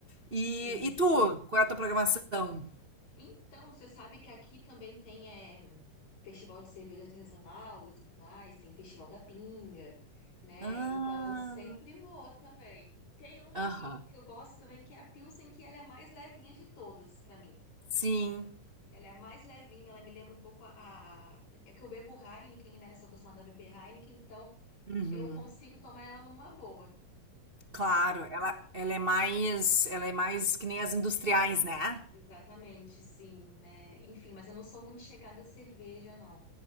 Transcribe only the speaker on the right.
E,
e tu, qual é a tua programação?
Ah,
aham.
Sim.
Uhum.
Claro, ela, ela é mais, ela é mais que nem as industriais, né?